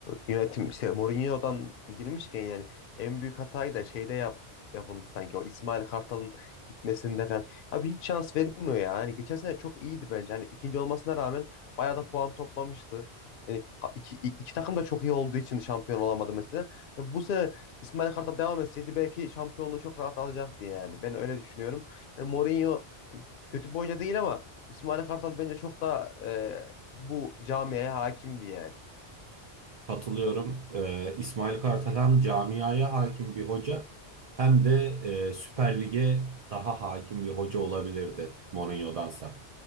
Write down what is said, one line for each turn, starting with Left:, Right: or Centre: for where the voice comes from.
Left: e, yönetim işte Mourinho'dan girmişken yani en büyük hatayı da şeyde yap, yapıldı sanki o İsmail Kartal'ın gitmesinde falan. Abi hiç şans verilmiyor ya. Hani geçen sene çok iyiydi bence. Hani ikinci olmasına rağmen bayağı da puan toplamıştı. Yani ka- iki, i- iki takım da çok iyi olduğu için şampiyon olamadı mesela. Hani bu sene İsmail Kartal devam etseydi belki şampiyonluğu çok rahat alacaktı yani. Ben öyle düşünüyorum. Yani Mourinho yani kötü bir hoca değil ama İsmail Kartal bence çok daha e, bu camiye hakimdi yani.
Right: Katılıyorum. E, İsmail Kartal hem camiaya hakim bir hoca hem de e, Süper Lig'e daha hakim bir hoca olabilirdi Mourinho'dansa.